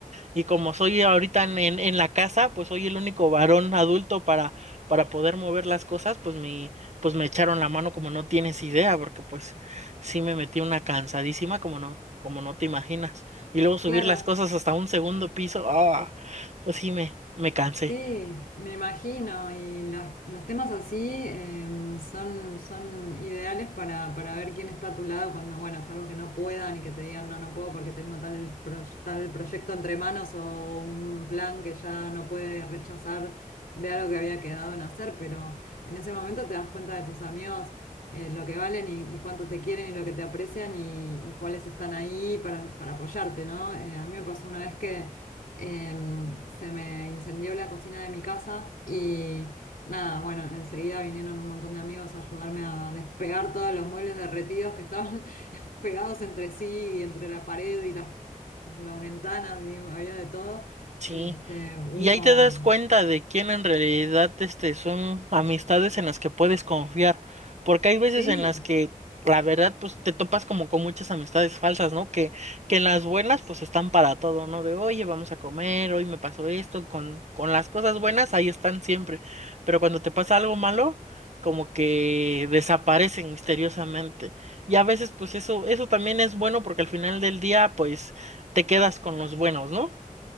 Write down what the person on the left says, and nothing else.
claro.
Sí, me imagino, y las, los temas así em, son, son ideales para, para ver quién está a tu lado cuando, bueno, salvo que no puedan y que te digan, no, no puedo porque tengo tal, pro- tal proyecto entre manos o un plan que ya no puede rechazar de algo que había quedado en hacer, pero en ese momento te das cuenta de tus amigos, eh, lo que valen y, y cuánto te quieren y lo que te aprecian y, y cuáles están ahí para, para apoyarte, ¿no? Eh, a mí me pasó una vez que... Em, se me incendió la cocina de mi casa y nada, bueno, enseguida vinieron un montón de amigos a ayudarme a despegar todos los muebles derretidos que estaban <laughs> pegados entre sí y entre la pared y las, las ventanas y había de todo,
este, humo,
sí,